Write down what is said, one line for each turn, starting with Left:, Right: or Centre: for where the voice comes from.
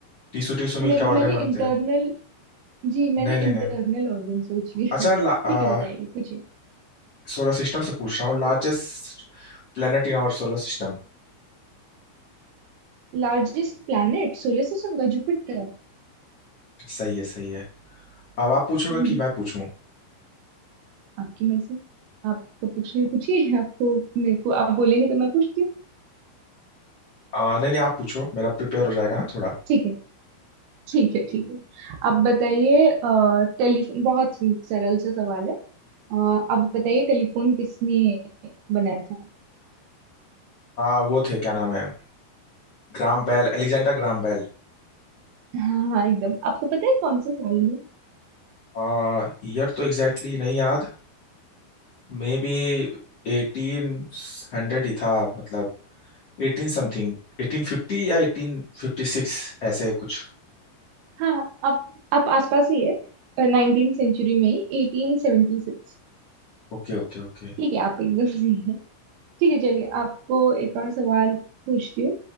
Left: टीसू टीसू
Right: मेरे
Left: मिलके ऑर्गन
Right: मैंने
Left: बनते
Right: इंटरनल
Left: हैं
Right: जी मैंने
Left: नहीं नहीं
Right: इंटरनल
Left: नहीं
Right: ऑर्गन सोच लिया
Left: अच्छा
Right: <laughs> ठीक
Left: ला, आ,
Right: है बताइए पूछिए
Left: सोलर सिस्टम से पूछ रहा हूँ largest planet in our solar system
Right: लार्जेस्ट प्लैनेट सोलर सिस्टम का जुपिटर
Left: सही है सही है अब आप पूछोगे
Right: <laughs>
Left: कि मैं पूछूं
Right: आपकी मर्जी आपको पूछिए पूछिए आपको मेरे को आप बोलेंगे तो मैं पूछती हूँ
Left: आ, नहीं नहीं आप पूछो मेरा प्रिपेयर हो जाएगा ना थोड़ा
Right: ठीक है ठीक है ठीक है आप बताइए टेलीफोन बहुत ही सरल सा सवाल है अ, आप बताइए टेलीफोन किसने बनाया था
Left: आ, वो थे क्या नाम है Graham Bell Alexander Graham Bell
Right: हाँ हाँ एकदम आपको पता है कौन से साल में
Left: आ, ईयर तो एग्जैक्टली exactly नहीं याद मे बी एटीन हंड्रेड ही था मतलब एटीन समथिंग एटीन फिफ्टी या एटीन फिफ्टी सिक्स ऐसे कुछ
Right: हाँ आप आप आसपास ही है नाइनटीन सेंचुरी में ही एटीन सेवेंटी सिक्स
Left: Okay okay okay
Right: ठीक है आप एकदम सही है ठीक है चलिए आपको एक और सवाल पूछती हूँ